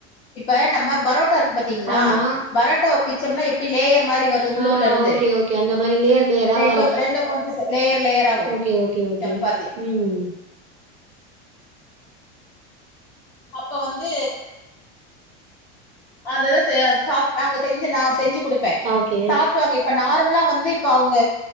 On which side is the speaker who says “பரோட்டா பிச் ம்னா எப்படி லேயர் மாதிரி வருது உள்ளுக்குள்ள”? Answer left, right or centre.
Left